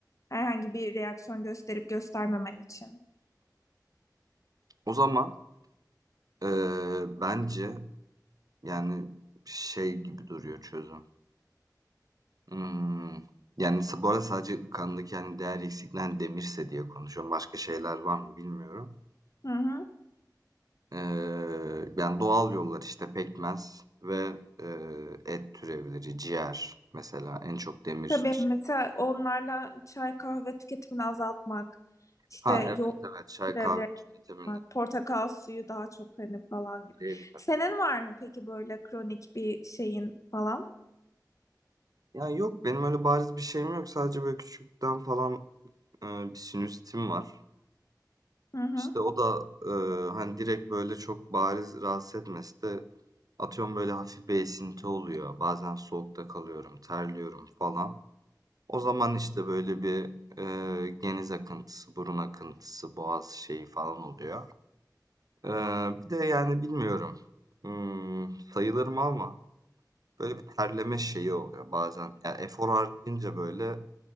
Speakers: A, on the left; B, on the right.
A: Herhangi bir reaksiyon gösterip göstermemen için.
B: O zaman e, bence yani şey gibi duruyor çözüm. Hımm. Yani, sa bu arada sadece kandaki, hani, değer eksikliğinden demirse diye konuşuyorum. Başka şeyler var mı bilmiyorum.
A: Hı hı.
B: Eee, yani, doğal yollar, işte, pekmez ve, eee, et türevleri, ciğer mesela en çok demir
A: Tabii mesela onlarla çay kahve tüketimini azaltmak, işte
B: Ha, evet,
A: yoğurt
B: evet. Çay,
A: türevleri
B: kahve, vitamini,
A: yapmak, portakal suyu daha çok hani falan gibi.
B: C vitamini.
A: Senin var mı peki böyle kronik bir şeyin falan?
B: Yani yok, benim öyle bariz bir şeyim yok. Sadece böyle küçükten falan, eee, bir sinüsitim var.
A: Hı hı.
B: İşte, o da, eee, hani, direkt böyle çok bariz rahatsız etmese de Atıyorum böyle hafif bir esinti oluyor. Bazen soğukta kalıyorum, terliyorum falan. O zaman işte böyle bir e, geniz akıntısı, burun akıntısı, boğaz şeyi falan oluyor. E, bir de yani bilmiyorum. Hmm, sayılır mı ama böyle bir terleme şeyi oluyor bazen. Yani efor harcayınca böyle